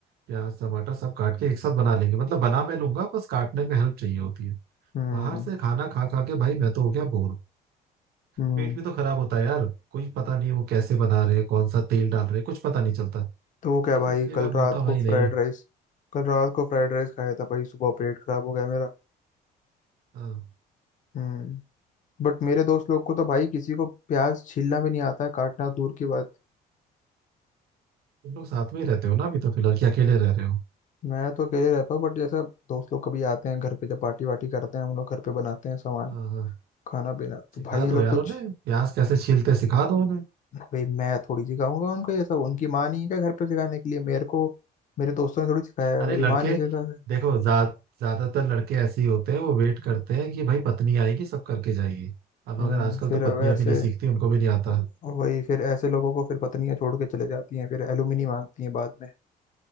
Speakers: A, on the right (about 65°); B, on the left (about 50°).
A: प्याज टमाटर सब काट के एक साथ बना लेंगे मतलब बना मैं लूंगा बस काटने में हेल्प चाहिए होती है
B: हम्म
A: बाहर से खाना खा खा के भाई मैं तो हो गया बोर
B: हम्म
A: पेट भी तो खराब होता है यार कोई पता नहीं वो कैसे बना रहे हैं कौन सा तेल डाल रहे हैं कुछ पता नहीं चलता
B: तो क्या
A: बस
B: भाई
A: इसलिए
B: कल
A: मैं बोलता
B: रात
A: हूँ, भाई
B: को
A: नहीं
B: फ्राइड राइस कल रात को फ्राइड राइस खाया था भाई सुबह पेट खराब हो गया मेरा
A: हाँ
B: हम्म बट मेरे दोस्त लोग को तो भाई किसी को प्याज छीलना भी नहीं आता है काटना दूर की बात
A: तुम लोग साथ में ही रहते हो ना अभी तो फिलहाल कि अकेले रह रहे हो
B: मैं तो अकेले रहता हूँ बट जैसा दोस्त लोग कभी आते हैं घर पे जब पार्टी वार्टी करते हैं हम लोग घर पे बनाते हैं सामान
A: हाँ हाँ
B: खाना पीना तो
A: सिखा
B: भाई ये
A: दो
B: लोग
A: यार
B: कुछ
A: उन्हें प्याज कैसे छीलते हैं, सिखा दो उन्हें
B: भाई मैं थोड़ी सिखाऊंगा उनको ये सब उनकी माँ नहीं है क्या घर पे सिखाने के लिए मेरे को मेरे दोस्तों ने थोड़ी सिखाया है
A: अरे
B: मेरी
A: लड़के
B: माँ ने सिखाया है
A: देखो जा, ज्यादातर लड़के ऐसे ही होते हैं वो वेट करते हैं कि भाई पत्नी आएगी सब करके जाएगी अब
B: हम्म
A: अगर आजकल
B: फिर
A: तो पत्नियां
B: वैसे
A: भी नहीं सीखती उनको भी नहीं आता
B: वही फिर ऐसे लोगों को फिर पत्नियां छोड़ के चले जाती हैं फिर एलुमनी मांगती हैं बाद में